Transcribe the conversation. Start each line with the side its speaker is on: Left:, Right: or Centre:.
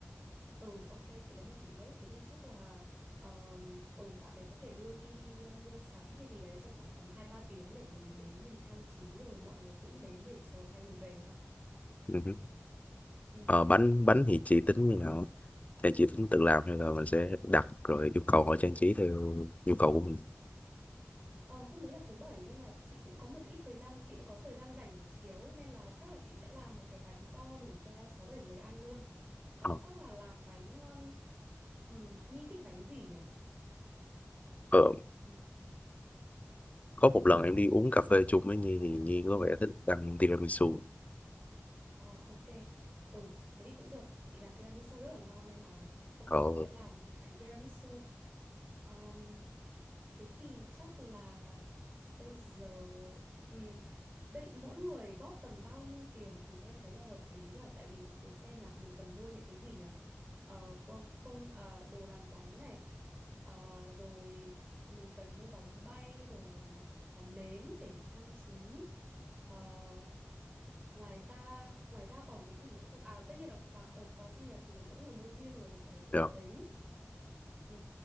Right: ừ ok chị thấy hợp lý đấy thế thì chắc là ờm, ừ bạn đấy có thể đưa Nhi đi ờ, mua sắm hay gì đấy trong khoảng tầm hai ba tiếng để mình đến mình trang trí rồi mọi người cũng đến để chờ hai người về ha
Left: Ừ hứ.
Right: ừ
Left: ờ, bánh bánh thì chị tính như nào thì chị tính tự làm hay là mình sẽ đặt rồi yêu cầu họ trang trí theo nhu cầu của mình
Right: ờ, hôm đấy là thứ bảy nên là chị cũng có một ít thời gian chị cũng có thời gian rảnh buổi chiều ấy, nên là chắc là chị sẽ làm một cái bánh to đủ cho sáu bảy người ăn luôn ờ,
Left: ờ,
Right: chắc là làm bánh ừm, ừm, Nhi thích bánh gì nhỉ
Left: ờ,
Right: Ừ. ừ.
Left: có một lần em đi uống cà phê chung với Nhi thì Nhi có vẻ thích ăn tiramisu
Right: Ờ ok. Ừ, thế thì cũng được. Chị làm tiramisu rất là ngon nên là ok
Left: ờ
Right: chị sẽ làm một cái bánh tiramisu. Ờm, thế thì chắc là bây giờ ừm, bây, mỗi người góp tầm bao nhiêu tiền thì em thấy là hợp lý nhở tại vì để xem là mình cần mua những cái gì nhở. Ờ, qua- công ờ, đồ làm bánh này. Ờ, rồi mình cần mua bóng bay rồi ờ, nến để trang trí. Ờ, Ngoài ra, ngoài ra còn cái gì nữa không? À, tất nhiên là quà ở quà sinh nhật thì là mỗi người mua riêng rồi thì cái đấy không
Left: được.
Right: tính. Ừ,